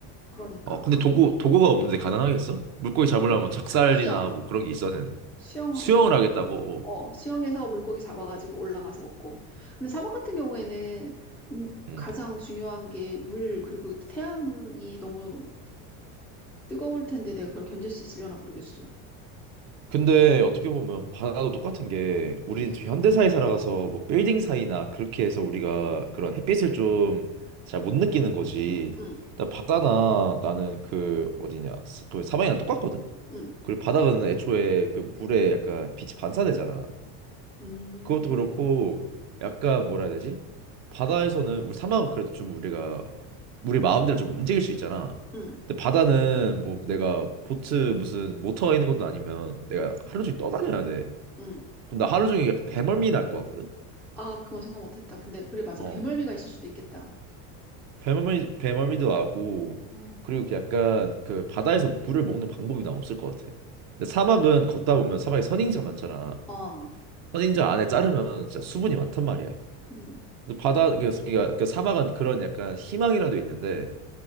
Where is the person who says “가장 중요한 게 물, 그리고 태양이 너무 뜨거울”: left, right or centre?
Centre